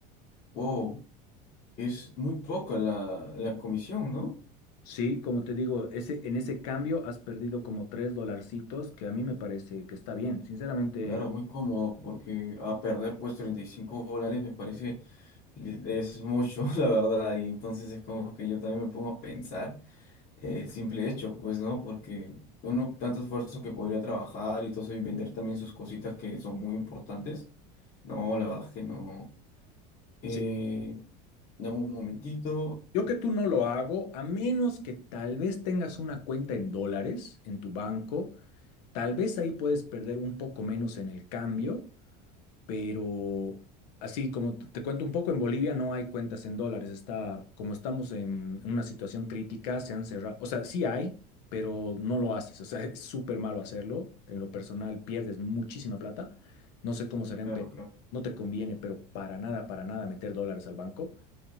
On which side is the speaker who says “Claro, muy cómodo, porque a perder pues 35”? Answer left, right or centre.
Left